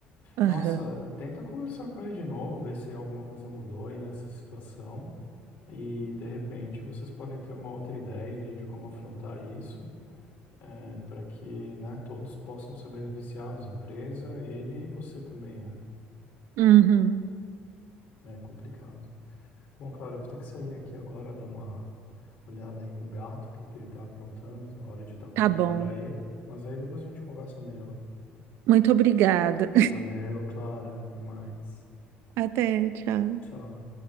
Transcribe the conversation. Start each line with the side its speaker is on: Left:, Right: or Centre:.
Right: Aham.
Left: Nossa, tenta conversar com ele de novo, ver se alguma coisa mudou aí nessa situação. E de repente vocês podem ter uma outra ideia aí de como afrontar isso, é, para que, né, todos possam ser beneficiados, empresa, ele e você também, né?
Right: Uhum.
Left: É complicado. Bom, claro, eu vou ter que sair aqui agora, dar uma olhada aí no gato, o que que ele tá aprontando, na hora de dar comida
Right: Tá bom.
Left: pra ele. Mas aí depois a gente conversa melhor.
Right: Muito obrigada.
Left: Valeu, Clara, até mais.
Right: Até, tchau.
Left: Tchau.